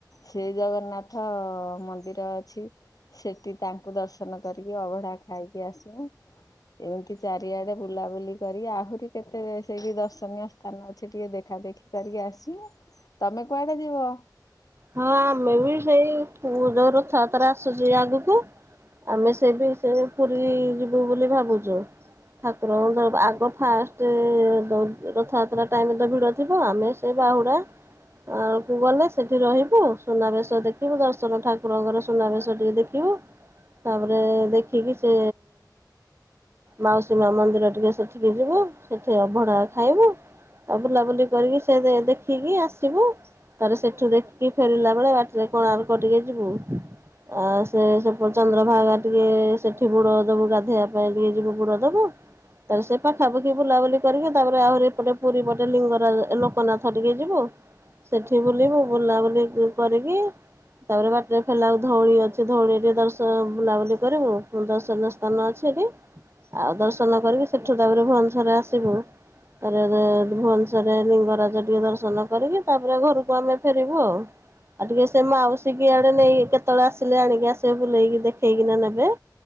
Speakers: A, on the left; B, on the right.
A: ସେ ଜଗନ୍ନାଥ ମନ୍ଦିର ଅଛି। ସେଠି ତାଙ୍କୁ ଦର୍ଶନ କରିକି ଅଭଢା ଖାଇକି ଆସିମୁ। ଏମିତି ଚାରିଆଡେ ବୁଲାବୁଲି କରିକି, ଆହୁରି କେତେ ସେ ଦର୍ଶନୀୟ ସ୍ଥାନ ଅଛି। ଟିକେ ଦେଖା ଦେଖି କରିକି ଆସିମୁ। ତମେ କୁଆଡେ ଯିବ?
B: ହଁ ଆମେ ବି ସେଇ ଯୋଉ ରଥଯାତ୍ରା ଆସୁଛି। ଆଗକୁ ଆମେ ସେ ବି ସେ ପୁରୀ ଯିବୁ ବୋଲି ଭାବୁଛୁ। ଠାକୁରଙ୍କର ଆଗ ଫାଷ୍ଟ ରଥଯାତ୍ରା ଟାଇମ ଭିଡ ଥିବ ଆମେ ସେ ବାହୁଡା ଆ କୁଗଲେ ସେ ସେଠି ରହିବୁ ସୁନାବେଶ ଦେଖିବୁ, ଦର୍ଶନ ଠାକୁରଙ୍କର ସୁନାବେଶ ଟିକେ ଦେଖିବୁ, ତାପରେ ଦେଖିକି ସେ ମାଉସୀ ମା ମନ୍ଦିର ଟିକେ ସେଠିକି ଯିବୁ, ସେଠି ଅଭଢ଼ା ଖାଇବୁ ଆ ବୁଲାବୁଲି କରିକି ସେ ଦେଖିକି ଆସିବୁ ତାପ ସେଠୁ ଦେ ଫେରିଲା ବେଳେ ବାଟରେ କୋଣାର୍କ ଟିକେ ଯିବୁ। ଆ ସେ ସେଟ ଚନ୍ଦ୍ରଭାଗା ଟିକେ ସେଠି ବୁଡ ଦବୁ ଗାଧେଇବା ପାଇଁ ଟିକେ ଯିବୁ ବୁଡ ଦବୁ ତାରେ ସେ ପାଖାପାଖି ବୁଲାବୁଲି କରିକି ତାପରେ ଆହୁରି ଏପଟେ ପୁରୀ ପଟେ ଲିଙ୍ଗରା ଲୋକନାଥ ଟିକେ ଯିବୁ ସେଠି ବୁଲିବୁ। ବୁଲାବୁଲି କରିକି ତାପରେ ବାଟରେ ଖୋଲା ହଉ ଧଉଳି ଅଛି ଧଉଳି ଟିକେ ଦର୍ଶନ ବୁଲାବୁଲି କରିବୁ। ଦର୍ଶନୀୟ ସ୍ଥାନ ଅଛି କି ଆଉ ଦର୍ଶନ କରିକି ସେଠୁ ତାପରେ ଭୁବନେଶ୍ବରରେ ଆସିବୁ ତାରେ ଭୁବନେଶ୍ୱରେ ଲିଙ୍ଗରାଜ ଟିକେ ଦର୍ଶନ କରିକି ତାପରେ ଘରକୁ ଆମେ ଫେରିବୁ ଆଉ। ଆଉ ଟିକେ ସେ ମାଉସୀ କି ଆଡେ ନେଇ କେତେବେଳେ ଆସିଲେ, ଆଣିକି ଆସିବେ ବୁଲେଇକି ଦେଖେଇକିନା ନେବେ